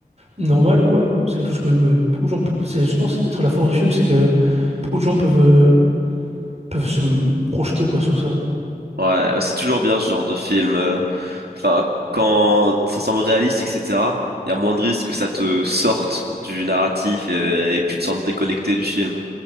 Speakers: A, on the right; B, on the right.
A: normal, quoi. C'est quelque chose que même euh, beaucoup de gens, pou- c'est justement, c'est peut-être la force du film, c'est que beaucoup de gens peuvent, euh, peuvent se m- projeter, quoi, sur ça.
B: Ouais, bah c'est toujours bien ce genre de film. euh. Enfin, quand ça semble réaliste, etc., il y a moins de risques que ça te sorte du narratif et, et que tu te sentes déconnecté du film.